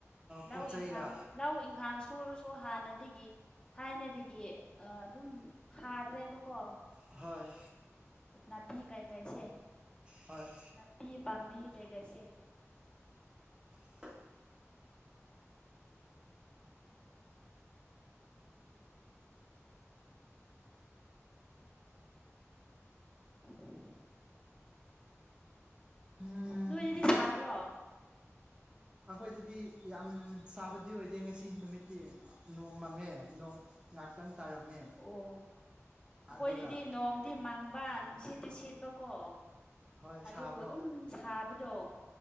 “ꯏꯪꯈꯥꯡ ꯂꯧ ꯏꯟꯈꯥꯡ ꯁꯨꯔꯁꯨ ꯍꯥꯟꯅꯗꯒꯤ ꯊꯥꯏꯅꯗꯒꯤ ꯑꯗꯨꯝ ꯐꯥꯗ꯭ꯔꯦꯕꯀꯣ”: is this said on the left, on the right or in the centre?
Left